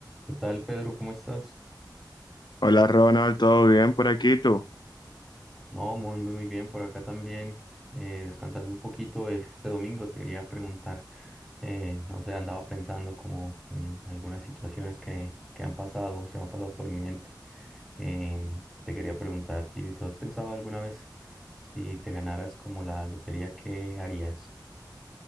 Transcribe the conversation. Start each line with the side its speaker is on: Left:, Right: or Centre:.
Centre: ¿Qué tal, Pedro? ¿Cómo estás?
Left: Hola Ronald, ¿todo bien por aquí tú?
Centre: No, muy, muy muy bien, por acá también, eh, descansando un poquito este domingo, te quería preguntar, eh, no sé, andaba pensando como en algunas situaciones que, que han pasado, se me han pasado por mi mente. Em, te quería preguntar a ti, ¿tú has pensado alguna vez si te ganaras como la lotería, qué harías?